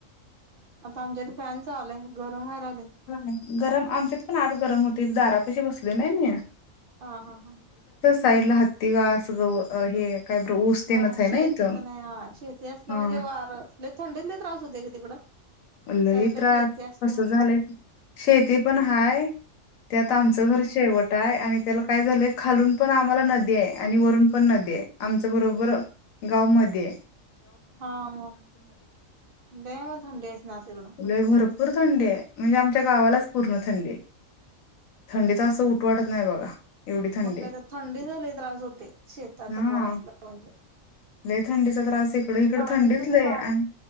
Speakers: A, on the right; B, on the left.
A: आता आमच्यात फॅन चाललाय गरम व्हायला. लागलय
B: हा गरम आमच्यात पण आत गरम होती दारा पशी बसली नाही मी.
A: हा, हा, हा...
B: साईड ला हत्ती घास ग हे. काय बर ऊस तेनच
A: हा
B: आहे
A: शेतीच
B: ना इथं
A: नाही हा शेती असलं
B: हा
A: म्हणजे वार थंडीतले त्रास होते की तिकडं.
B: लई
A: साईडला
B: त्रास
A: शेती असली
B: कस
A: म्हणजे
B: झालं शेती पण हाय. त्यात
A: हा
B: आमचं घर शेवट. य आणि त्याला काय झालंय खालून पण आम्हाला नदी आहे आणि वरून पण नदी आहे आमच्या बरोबर. गावमध्ये.
A: हा मग लय वेळ थंडी. असणार तिकडं
B: लय भरपूर थंडी म्हणजे आमच्या गावालाच पूर्ण थंडी. थंडीचा असं उठ वाटत नाही बघा. एवढी थंडी
A: मग का
B: आहे.
A: तर थंडी झाले त्रास होते शेतात
B: हा
A: घर असलं म्हणजे
B: लय थंडीचा त्रास इकड इकडं
A: पाणी
B: थंडीच
A: बिणी
B: आणि
A: पाज